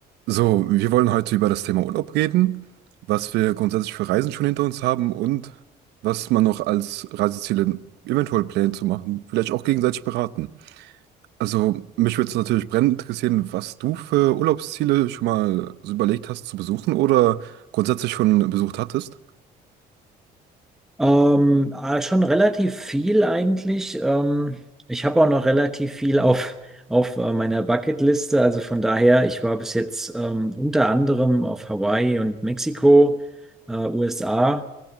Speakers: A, on the right; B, in the centre.
A: So, wir wollen heute über das Thema Urlaub reden, was wir grundsätzlich für Reisen schon hinter uns haben und was man noch als Reiseziele eventuell plant zu machen, vielleicht auch gegenseitig beraten. Also, mich würde es natürlich brennend interessieren, was du für Urlaubsziele schon mal so überlegt hast zu besuchen oder grundsätzlich schon besucht hattest.
B: Ähm, ah, schon relativ viel eigentlich. Ähm, ich habe auch noch relativ viel auf, auf äh, meiner Bucketliste. Also von daher, ich war bis jetzt ähm, unter anderem auf Hawaii und Mexiko, äh, USA